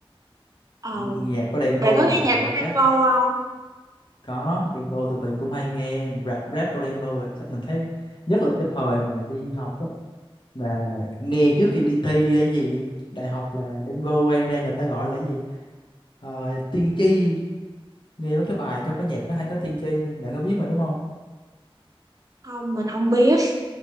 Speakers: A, on the right; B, on the left.
A: ờ
B: nhạc của Đen
A: bạn
B: Vâu
A: có nghe
B: thì
A: nhạc
B: lại
A: của Đen
B: rap
A: Vâu không
B: có Đen Vâu thì mình cũng hay nghe rap rap của Đen Vâu mình thấy nhất là cái thời mà đi học á mà nghe trước khi đi thi hay gì đại học là Đen Vâu hay ra người ta gọi là cái gì Ờ, tiên tri nghe mấy cái bài trong cái nhạc nó hay có tiên tri bạn có biết mà đúng không
A: không mình không biết